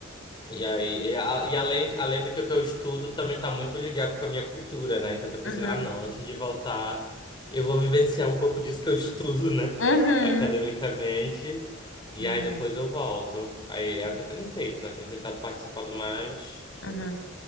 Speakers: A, on the left (about 20°); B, on the left (about 75°).
A: E aí, e, a- e além, além do que eu estudo, também tá muito ligado com a minha cultura, né? Então eu tô pensando,
B: Uhum.
A: ah, não, antes de voltar, eu vou vivenciar um pouco disso que eu estudo, né?
B: Uhum.
A: <laughs> Academicamente. E
B: Uhum.
A: aí depois eu volto. Aí é o que eu tenho feito, né? Tenho tentado participar do mais,
B: Uhum.